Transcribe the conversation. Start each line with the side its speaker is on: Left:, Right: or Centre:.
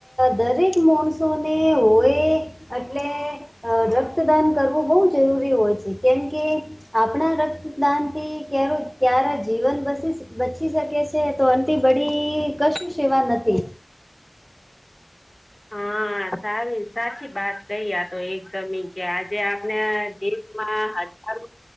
Centre: દરેક, માણસોને હોય એટલે- અ રક્તદાન કરવું બો જરૂરી હોય છે કેમ કે આપણા રક્તદાન થી કે ક્યારે જીવન બસી સ બચી શકે છે તો અનથી બડી કશું સેવા નથી.
Left: હા સારુઈ સાચી બાત કઈ આ તો એકદમ ઈ. કે આજે આપણે દેશમાં હજારો